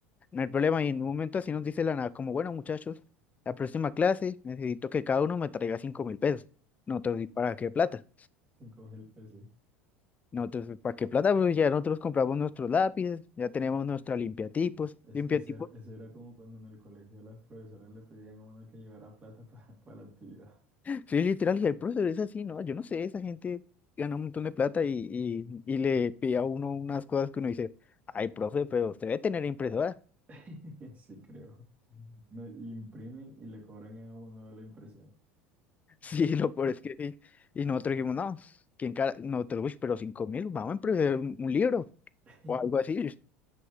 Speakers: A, on the left; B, on the right.
A: no hay problema, y en un momento así nos dice de la nada, como, bueno, muchachos, la próxima clase necesito que cada uno me traiga cinco mil pesos, nosotros, ¿y para qué plata?
B: cinco mil pesos.
A: Nosotros, ¿para qué plata? Pues ya nosotros compramos nuestros lápices, ya tenemos nuestra limpiatipos,
B: Es-
A: limpiatipos.
B: ese era, ese era como cuando en el colegio las profesoras le pedían a uno que llevara plata <laughs> para la actividad.
A: Sí, literal, y el profesor es así, ¿no? Yo no sé, esa gente gana un montón de plata y, y, y le pide a uno unas cosas que uno dice, ay, profe, pero usted debe tener impresora. <laughs>
B: <laughs> Sí, creo. No, y imprimen y le cobran a uno la impresión.
A: Sí, lo peor es que sí. Y nosotros dijimos, no, ¿quién cara? Nosotros, uy, pero cinco mil, vamos a imprimir un, un libro
B: <laughs>
A: o algo así.